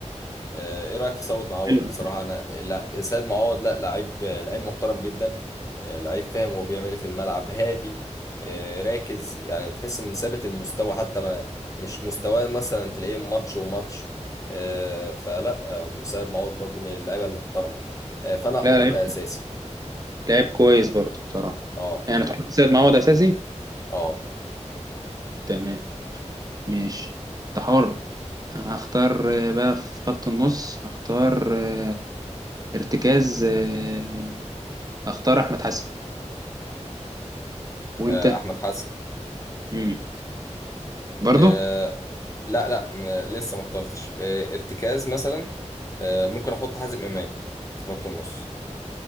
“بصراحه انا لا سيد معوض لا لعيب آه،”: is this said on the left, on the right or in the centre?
Left